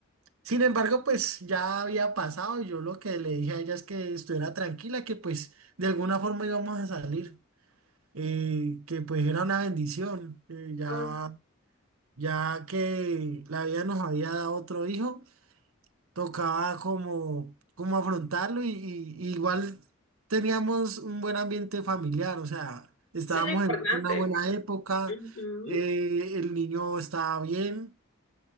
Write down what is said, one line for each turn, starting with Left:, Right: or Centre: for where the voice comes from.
Right: Sin embargo, pues ya había pasado y yo lo que le dije a ella es que estuviera tranquila, que pues de alguna forma íbamos a salir, eh, que pues era una bendición, que ya,
Left: Ah,
Right: ya que la vida nos había dado otro hijo, tocaba como, como afrontarlo y, y- y igual teníamos un buen ambiente familiar, o sea, estábamos
Left: Eso es lo importante.
Right: en una buena
Left: ¿no?
Right: época,
Left: Ujú.
Right: eh, el niño estaba bien.